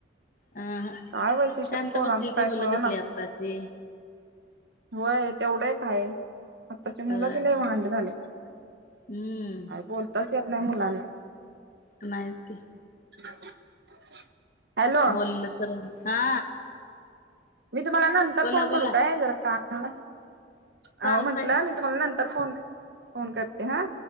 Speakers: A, on the left; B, on the right.
A: अ
B: काय वैशिष्ट्य
A: शांत
B: पोरांचं
A: बसतील ती
B: काय
A: मुलं
B: कळनाच
A: कसली आत्ताची.
B: होय तेवढं एक हाय आताची मुलंच
A: होय
B: लय वांड झाली यात.
A: हम्म...
B: काही बोलताच येत नाही मुलांना.
A: नाहीस की.
B: <inaudible> हॅलो
A: बोलल तर हा..
B: मी तुम्हाला नंतर
A: बोला
B: फोन
A: बोला
B: करू काय जरा कामात हाये
A: चालतंय.
B: अहो म्हंटलं मी तुम्हाला नंतर फोन, फोन करते हा..